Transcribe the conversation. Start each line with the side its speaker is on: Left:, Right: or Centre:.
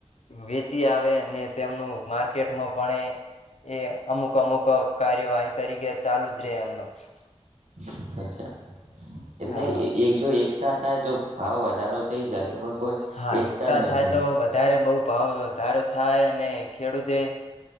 Left: વેચી આવે અને તેમનું માર્કેટમાં પણ એ અમુક અમુક કાર્યવાહી તરીકે ચાલુ જ રહે <inaudible>
Right: સાચ્છા એટલે
Left: હા હા
Right: એક જો એક થાય તો ભાવ વધારો થઈ શકે પણ કોઈ
Left: હા એકતા
Right: જ
Left: થાય
Right: નથી
Left: તો વધારે બઉ ભાવ વધારો થાય અને ખેડૂતે